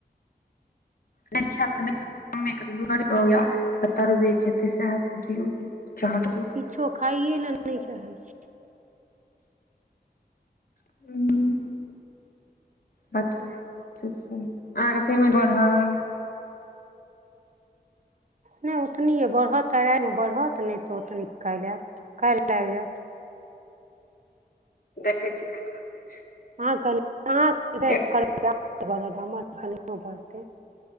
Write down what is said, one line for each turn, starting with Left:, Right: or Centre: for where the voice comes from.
Left: नै खै त नै दिअउ। <unintelligible>
Right: किछो खाइए लए नइ चाहै छय।
Left: <unintelligible> बच्चा
Right: <inaudible>
Left: <unintelligible> अहाँके पेमेंट बढ़ल?
Right: नइ ओतनी अय बढ़त त राइ मे बढ़त नै तऽ ओतनी काइल ऐत, काइल आइब जैत।
Left: देखै छी, काइल कते
Right: <unintelligible> बढत हमर
Left: एक
Right: त एखन नहियों बढ़तै।